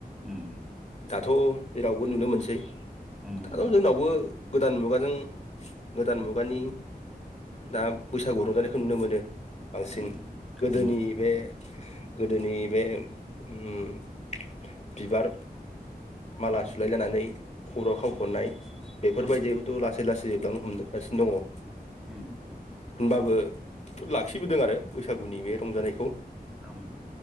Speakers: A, in the centre; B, on the left.
A: ओम
B: दाथ' जेरावबो नुनो मोनसै
A: उम,
B: दाथ' जोंनावबो गोदान मुगाजों गोदान मुगानि दा बैसागु रंजानाय नुनो मोनो बांसिन
A: उम,
B: गोदोनि
A: उम,
B: बे गोदोनि बे ओम बिबार माला सुलायलायनानै खर'आव खावख'नाय
A: उम,
B: बेफोरबायदिखौथ'
A: उम,
B: लासै लासै जोबलांनो हमजोबगासिनो दङ
A: उम
B: होनबाबो लाखिबोदों आरो बैसागुनि बे रंजानायखौ
A: ओम